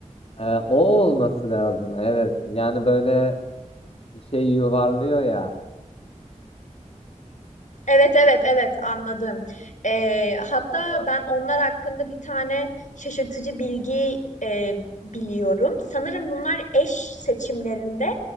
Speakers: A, on the left; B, on the left.
A: Ee, o olması lazım. Evet. Yani böyle bir şey yuvarlıyor ya.
B: Evet evet evet anladım. Ee, hatta
A: Sallayan.
B: ben onlar hakkında bir tane şaşırtıcı bilgi e, biliyorum. Sanırım bunlar eş seçimlerinde